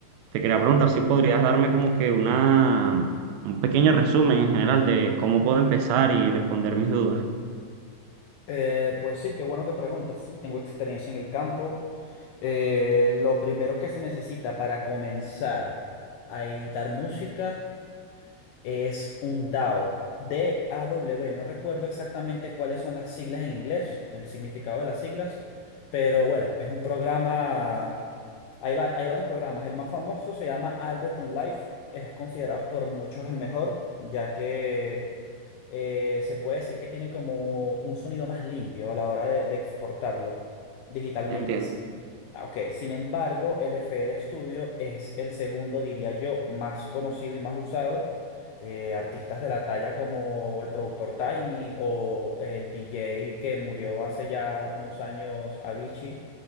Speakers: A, on the right; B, on the left.
A: te quería preguntar si podrías darme como que una, un pequeño resumen en general de cómo puedo empezar y responder mis dudas.
B: Eh, pues sí, qué bueno que preguntas. Sí, tengo experiencia en el campo. Eh, lo primero que se necesita para comenzar a editar música es un DAW, D-A-W. No recuerdo exactamente cuáles son las siglas en inglés, el significado de las siglas, pero bueno, es un programa. Hay, va- hay varios programas. El más famoso se llama Ableton Live. Es considerado por muchos el mejor, ya que eh, se puede decir que tienen como un sonido más limpio a la hora de, de exportarlo digitalmente.
A: Entiendo.
B: Es- ah, Ok, sin embargo, el FL Studio es el segundo, diría yo, más conocido y más usado. Eh, artistas de la talla como el productor Tiny o el DJ que murió hace ya unos años, Avicii,